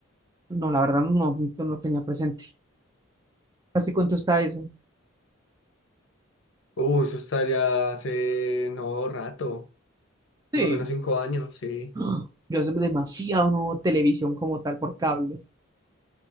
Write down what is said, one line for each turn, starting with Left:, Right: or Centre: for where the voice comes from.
Right: No, la verdad no, no lo tenía presente. ¿Hace cuánto está eso?
Left: Uh, eso está ya hace no rato, por
Right: Sí.
Left: lo menos cinco años, sí.
Right: <gasps> ¡Ah! Yo hace demasiado no veo televisión como tal por cable.